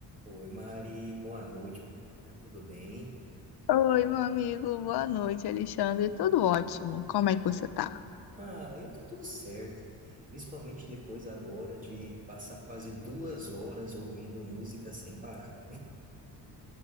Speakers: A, on the right; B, on the left.
A: Oi, Mari, boa noite, amiga, tudo bem?
B: Oi, meu amigo, boa noite, Alexandre. Tudo ótimo. Como é que você tá?
A: Ah, eu tô tudo certo, principalmente depois agora de passar quase duas horas ouvindo música sem parar.